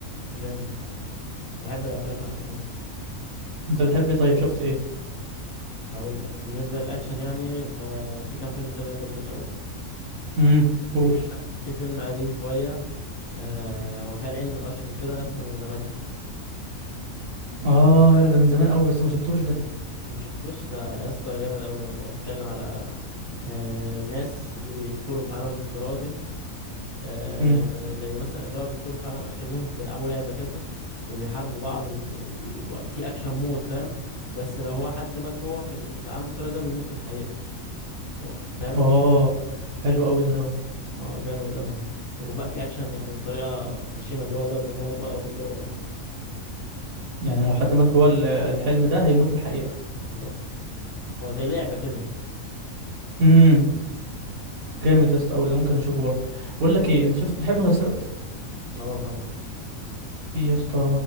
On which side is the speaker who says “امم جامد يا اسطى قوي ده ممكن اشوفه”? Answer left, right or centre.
Right